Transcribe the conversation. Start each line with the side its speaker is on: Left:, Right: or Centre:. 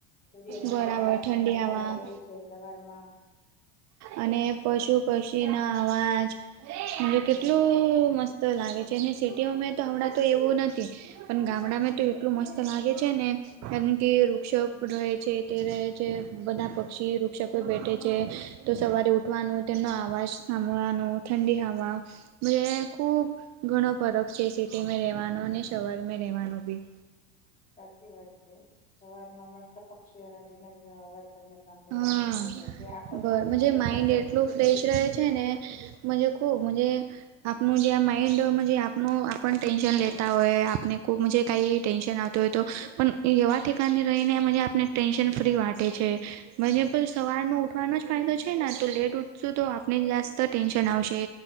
Left: સૂર્યનો
Right: બરાબર
Left: પ્રકાશ
Right: ઠંડી
Left: તમને
Right: હવા
Left: મળતો હોય છે સવારમાં,
Right: અને પશુ પક્ષીના અવાજ કેટલું
Left: બરાબર છે.
Right: મસ્ત ત લાગે છે અને સિટીઓ મે તો હમણાં તો એવું નથી. પન ગામડામાંં તો એટલું મસ્ત લાગે છે ને, કારણ કે વૃક્ષો પ રહે છે કે રહે છે બધા પક્ષી વૃક્ષો પર બેઠે છે, તો સવારે ઉઠવાનું, તેમનો અવાજ સાંભળવાનો ઠંડી હવા મજે ખુબ ઘણો ફરક છે સિટીમાં રેવાનો અને શહર મેં રેહવાનો બી.
Left: સાચી વાત છે, સવારમાં મસ્ત પક્ષીઓના ઝીણા ઝીણા અવાજ તમને સાંભળવા
Right: હા
Left: મળતો હોય છે જે આખો
Right: બર
Left: દિવસ
Right: મજે
Left: નથી
Right: માઇન્ડ
Left: મળતો,
Right: એટલું ફ્રેશ રહે છે ને, મન્જે ખૂબ મન્જે, આપનું જે આ માઈન્ડ મન્જે આપનું આપણ ટેન્શન લેતા હોય આપને કો મજે કાઈ ટેન્શન આવતી હોય, તો પણ એવા ઠીકાને રહીને મન્જે આપને ટેન્શન ફ્રી વાટે છે. મન્જે પ સવારનું ઉઠવાનો જ ફાયદો છે ના તો લેટ ઉઠશું તો આપને જાસ્ત ટેન્શન આવશે,